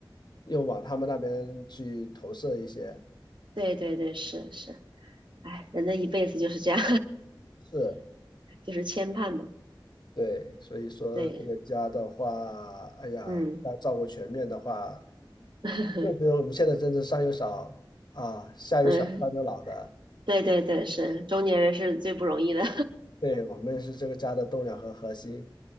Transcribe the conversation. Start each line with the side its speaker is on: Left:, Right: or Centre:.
Left: 又往他们那边去投射一些。
Right: 对对对，是是，哎，人的一辈子就是这样，
Left: 是，
Right: <laughs> 就是牵绊嘛。
Left: 对，所以说这个家的话，
Right: 对，
Left: 哎呀，
Right: 嗯
Left: 要照顾全面的话。
Right: <laughs>
Left: 确实，我们现在真的上有老啊，下有小，
Right: 嗯，
Left: 上有老的。
Right: 对对对，是中年人是最不容易的。
Left: 对，我们是这个家的栋梁和核心。